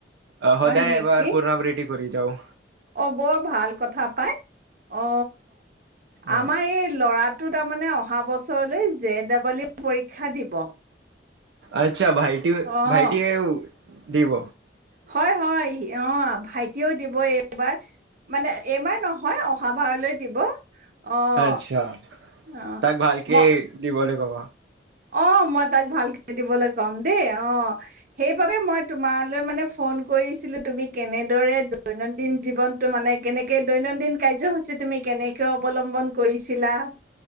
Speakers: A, on the right; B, on the right.
A: অ
B: হয়
A: সদায়
B: নেকি?
A: এবাৰ পুৰণাবৃতি কৰি যাওঁ।
B: অ, বৰ ভাল কথা পাই অ।
A: অঁ
B: আমাৰ এই ল'ৰা টো তাৰমানে অহা বছৰলৈ জে ডাবল ই পৰীক্ষা দিব।
A: আচ্ছা ভাইটিও
B: অ
A: ভাইটিয়েও দিব
B: হয় হয়, অ ভাইটিও দিব এইবাৰ, মানে এইবাৰ নহয় অহাবাৰলৈ দিব। অ'
A: আচ্ছা,
B: অ'
A: তাক ভালকে
B: ম
A: দিবলে কব।
B: অ', মই তাক ভালকে দিবলৈ কম দেই, অ', সেইবাবে মই তোমালৈ মানে ফোন কৰিছিলো, তুমি কেনেদৰে দৈনন্দিন জীৱনটো মানে কেনেকে দৈনন্দিন কাৰ্যসূচী তুমি কেনেকে অৱলম্বন কৰিছিলা?